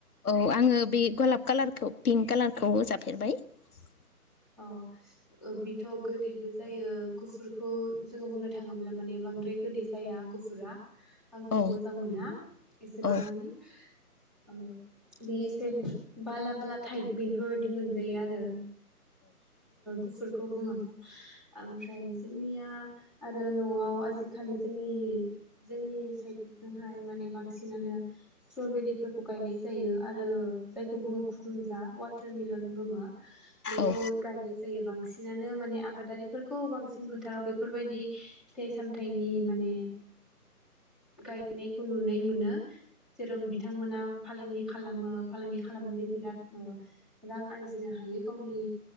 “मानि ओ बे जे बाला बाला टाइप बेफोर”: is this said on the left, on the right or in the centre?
Centre